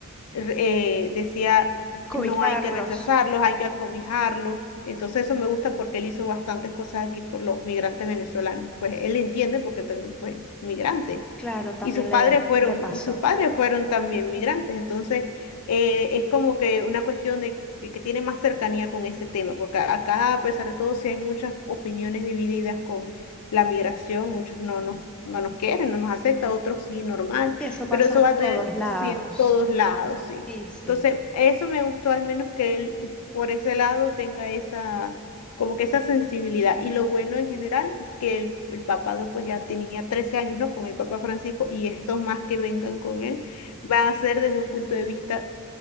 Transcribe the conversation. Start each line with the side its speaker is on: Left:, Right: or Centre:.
Left: re- eh, decía,
Centre: Cobijarlos.
Left: no hay que rechazarlos, hay que acobijarlos. Entonces eso me gusta porque él hizo bastantes cosas aquí por los migrantes venezolanos. Pues él entiende porque también fue migrante
Centre: Claro, también
Left: y sus padres
Centre: le,
Left: fueron,
Centre: le pasó.
Left: sus padres fueron también migrantes. Entonces, eh, es como que una cuestión de de que tiene más cercanía con ese tema, porque a- acá, a pesar de todo, sí hay muchas opiniones divididas con la migración, muchos no nos, no nos quieren, no nos aceptan, otros sí, normal,
Centre: Y eso pasa
Left: pero eso
Centre: en
Left: va
Centre: todos
Left: a tener,
Centre: lados.
Left: sí, en todos lados, sí.
Centre: Y sí.
Left: Entonces, eso me gustó al menos que él por ese lado tenga esa, como que esa sensibilidad. Y lo bueno en general que el, el papado pues ya tenía 13 años, ¿no? Con el Papa Francisco y estos más que vengan con él van a ser desde un punto de vista